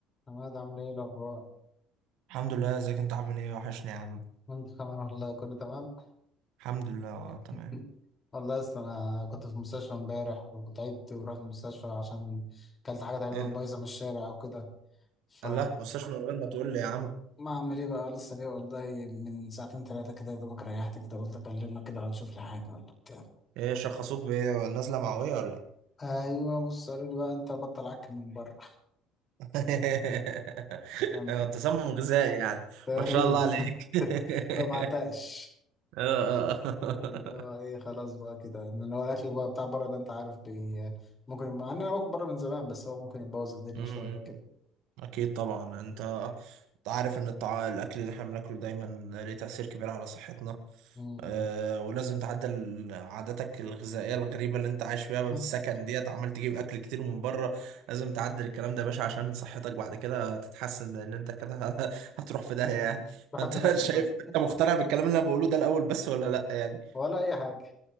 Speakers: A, on the left (about 30°); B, on the right (about 60°).
A: عماد عامل ايه الاخبار
B: الحمد لله ازيك انت عامل ايه وحشني يا عم
A: وانت كمان والله كله تمام
B: الحمد لله آه، تمام
A: <laughs> والله اصل انا كنت في المستشفى امبارح وتعبت ورحت المستشفى عشان كلت حاجه تقريبا
B: ايه ده
A: بايظه من الشارع او كده ف
B: قال لا مستشفى من غير ما تقول لي يا عم
A: ما اعمل ايه بقى لسه جاي والله من ساعتين ثلاثه كده يا دوبك ريحت كده قلت اكلمك كده لو نشوف لي حاجه ولا بتاع
B: ايه شخصوك بايه نازله معويه ولا
A: ايوه بص قالوا لي بقى انت بطل عك من بره
B: ايه <laughs>
A: <laughs> يعني
B: آه، تسمم غذائي يعني
A: تقريبا
B: ما شاء الله عليك
A: <laughs> ما بعتقش
B: <laughs> آه، آه.
A: اللي هو ايه خلاص بقى كده ان هو الاكل بقى بتاع بره ده انت عارف بي ممكن مع ان انا باكل بره من زمان بس هو ممكن يبوظ
B: <laughs>
A: الدنيا
B: م- م.
A: شويه كده
B: اكيد طبعا انت أنت عارف ان الطع... الاكل اللي احنا بناكله دايما ليه تأثير كبير على صحتنا
A: م-
B: أه ولازم تعدل عاداتك الغذائية الغريبة اللي انت عايش فيها بالسكن
A: م. <laughs>
B: ديت عمال تجيب اكل كتير من بره لازم تعدل الكلام ده يا باشا عشان صحتك بعد كده تتحسن ان انت كده <laughs> هتروح في داهية يعني
A: بحب
B: فانت
A: الاكل
B: <laughs> شايف
A: طيب
B: انت مقتنع بالكلام اللي انا بقوله ده الاول بس ولا لا يعني
A: ولا اي حاجه